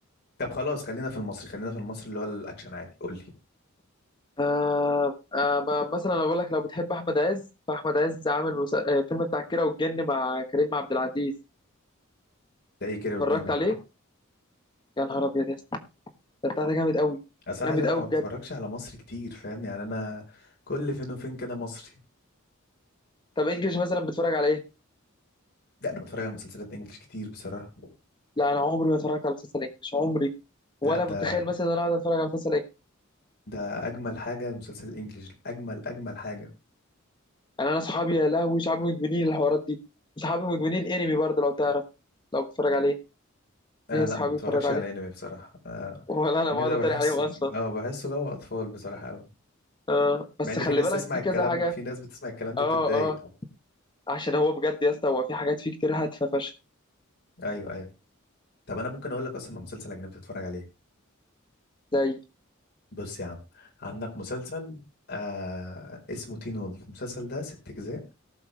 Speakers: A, on the left; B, on the left.
A: طب خلاص خلينا في المصري خلينا في المصري اللي هو الاكشن عادي قول لي
B: آه آه ما- مثلا انا بقول لك لو بتحب احمد عز فاحمد عز عامل مس- آه، فيلم بتاع الكيرة والجن مع كريم عبد العزيز
A: ده ايه كده والجن
B: اتفرجت عليه
A: ده
B: يا نهار ابيض يا اسطى ده بتاع ده جامد قوي
A: اصل انا
B: جامد
A: عايز اقول
B: قوي
A: لك انا ما
B: بجد
A: بتفرجش على مصري كتير فاهم يعني انا كل فين وفين كده مصري
B: طب انجلش مثلا بتتفرج على ايه
A: لا انا بتفرج على مسلسلات انجليش كتير بصراحه
B: لا انا عمري ما اتفرجت على مسلسل انجلش عمري ولا
A: لا ده
B: متخيل مثلا ان انا اقعد اتفرج على مسلسل
A: ده اجمل حاجه المسلسل الانجليش اجمل اجمل حاجه
B: انا انا صحابي يا لهوي صحابي مدمنين الحوارات دي صحابي مدمنين انمي برضه لو تعرف لو بتتفرج عليه
A: آه
B: ليه
A: لا
B: صحابي
A: ما بتفرجش
B: بيتفرجوا
A: على
B: عليه
A: انمي بصراحه آه
B: ولا انا
A: انمي
B: بقعد
A: ده
B: اتريق
A: بحسه
B: عليهم اصلا
A: اه بحسه جو اطفال بصراحه قوي
B: آه بس
A: مع ان
B: خلي
A: في ناس
B: بالك
A: تسمع
B: في
A: الكلام
B: كذا حاجه
A: في ناس بتسمع الكلام ده
B: اه
A: بتتضايق
B: اه عشان هو بجد يا اسطى هو في حاجات فيه كتير هادفه فشخ
A: ايوه ايوه طب انا ممكن اقول لك اصلا مسلسل اجنبي تتفرج عليه
B: زي
A: بص يا عم عندك مسلسل آه اسمه تين وولف المسلسل ده ست أجزاء